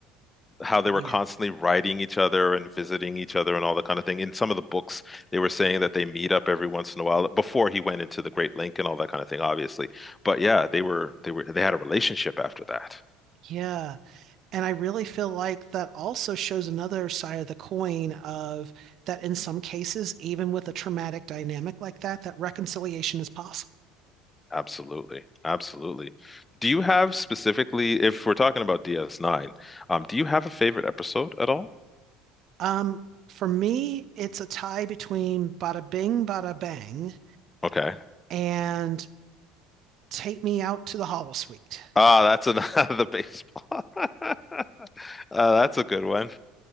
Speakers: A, on the left; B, on the right.
A: how they
B: Oh
A: were
B: yeah.
A: constantly writing each other and visiting each other and all that kind of thing. In some of the books, they were saying that they meet up every once in a while before he went into the Great Link and all that kind of thing, obviously. But yeah, they were they were they had a relationship after that.
B: Yeah. And I really feel like that also shows another side of the coin of that in some cases, even with a traumatic dynamic like that, that reconciliation is possible.
A: Absolutely. Absolutely. Do you have specifically, if we're talking about DS9, um, do you have a favorite episode at all?
B: Um, for me, it's a tie between Bada Bing, Bada Bang
A: Okay.
B: and Take Me Out to the Hollow Suite.
A: Ah, that's another <laughs> the baseball. <laughs> Uh, that's a good one.